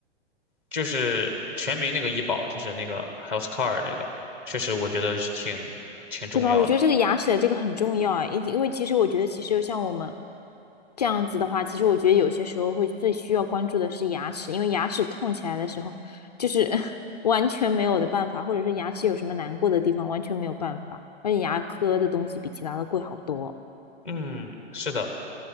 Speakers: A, in the centre; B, on the left.
A: 就是全民那个医保，就是那个 health c a r e 那个，确实我觉得是挺挺重要的。
B: 对吧？我觉得这个牙齿的这个很重要啊，因因为其实我觉得，其实像我们这样子的话，其实我觉得有些时候会最需要关注的是牙齿，因为牙齿痛起来的时候，就是 <laughs> 完全没有的办法，或者是牙齿有什么难过的地方，完全没有办法。而且牙科的东西比其他的贵好多。
A: 嗯，是的。